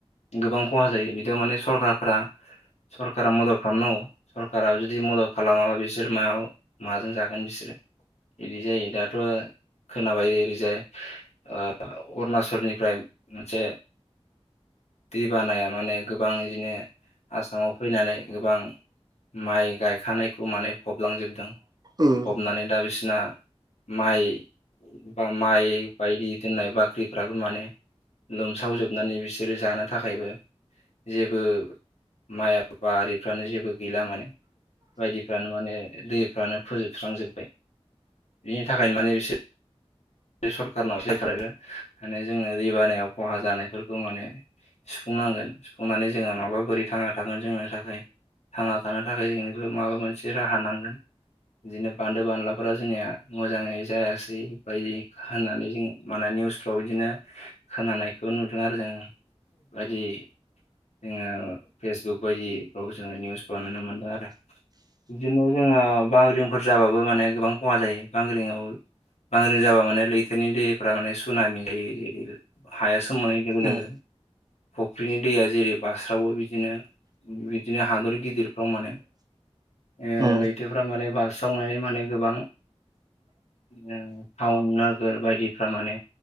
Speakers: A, on the left; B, on the right.
A: गोबां खहा जायो बिदियाव माने सरखारफ्रा सरकारा मदद खालामनांगौ सरकारा जुदि मदद खालामाबा बिसोर मायाव माजों जागोन बिसोरो बिदि जायो दाथ' खोनाबाय ओरैजाय ओ अरुनाचलनिफ्राय मोनसे दै बानाया माने गोबां इदिनो आसामाव फैनानै गोबां माइ गायखानायखौ माने फबलांजोबदों
B: उम
A: फबनानै दा बिसिना माइ बा माइ बायदि दोननाय बाख्रिफ्राबो माने लोमसावजोबनानै बिसोरो जानो थाखायबो जेबो माइ बिफ्रानो जेबो गैला मानोे <unintelligible> बायदिफ्रानो माने दैफ्रानो फोजोबस्रांजोब्बाय बिनि थाखायनो माने बिसोर सरखारनाव सायखार माने जोङो दै बानायाव खहा जानायफोरखौ माने <unintelligible> सुफुंनांगोन सुफुंनानै जोंङो नंङाबा बोरै थांना थागोन जोंनि थाखाय थांना थानो थाखाय जोंनोबो माबा मोनसे राहा नांगोन। बिदिनो बान्दो बानलाफोरा जोंनिया मोजांङै जायासै बायदि होननानै जों माने निउसफ्राव इदिनो खोनानायखौ नुदों आरो जों बादि जोंङो फेसबुक बायदिफ्राव जोंङो निउसखौ नुनो मोनदों आरो। बिदिनो जोंङो बांग्रिंफोर जाबाबो माने गोबां खहा जायो बांग्रिंआव बांग्रि जाबा माने लैथोनि दैफ्रा माने सुनामि जायो हाया सोमावनाय लोगो लोगो
B: उम
A: फुख्रिनि दैया जेरै बास्रावो बिदिनो बिदिनो हादर गिदिरफ्राव मानो ओ
B: उम
A: लैथोफ्रा माने बास्रावनानै माने गोबां बिदिनो टाउन नोगोर बायदिफ्रा माने